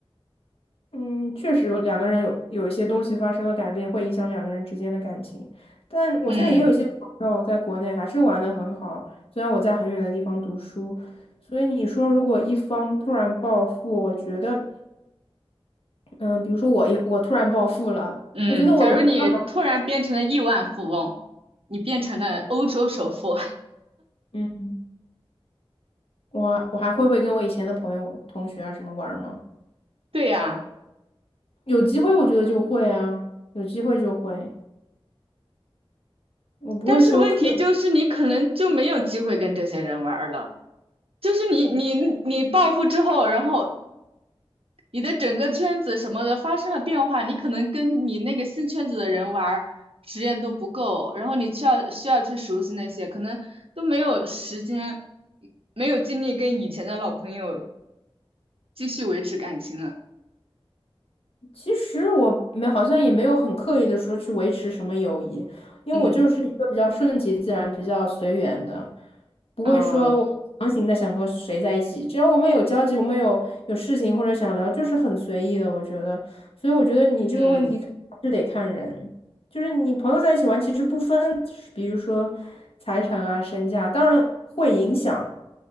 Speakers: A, on the left; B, on the right.
A: 嗯，确实两个人有有一些东西发生了改变，会影响两个人之间的感情。但我现在也有一些朋友在国内还是玩的很好，
B: 嗯
A: 虽然我在很远的地方读书，所以你说如果一方突然暴富，我觉得，嗯，比如说我一我突然暴富了，
B: 嗯，
A: 我觉得我的朋友还，
B: 假如你突然变成了亿万富翁，你变成了欧洲首富，
A: 嗯，我我还会不会跟我以前的朋友、同学啊什么玩儿吗？
B: <laughs> 对呀，
A: 有机会我觉得就会啊，有机会就会，我不会说刻。
B: 但是问题就是你可能就没有机会跟这些人玩儿了。就是你你你暴富之后，然后你的整个圈子什么的发生了变化，你可能跟你那个新圈子的人玩儿时间都不够，然后你需要需要去熟悉那些，可能都没有时间，没有精力跟以前的老朋友继续维持感情了。
A: 其实我没好像也没有很刻意的说去维持什么友谊，因为我就是一个比较顺其自然、
B: 嗯，
A: 比较随缘的，不会说我强行的想和谁在一起。
B: 啊，
A: 只要我们有交集，我们有有事情或者想聊，就是很随意的，我觉得。所以我觉得你这个问题还是得看人。
B: 嗯
A: 就是你朋友在一起玩，其实不分，比如说财产啊、身价，当然会影响，